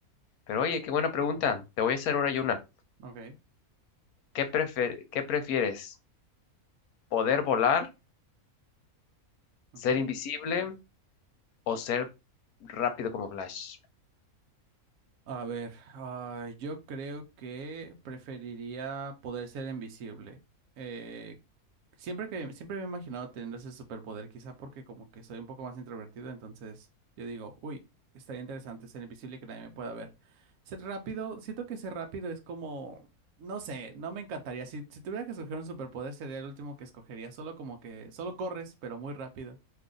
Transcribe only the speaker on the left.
Pero oye, qué buena pregunta. Te voy a hacer ahora yo una.
¿Qué prefer- qué prefieres? ¿Poder volar,
ser invisible o ser rápido como Flash?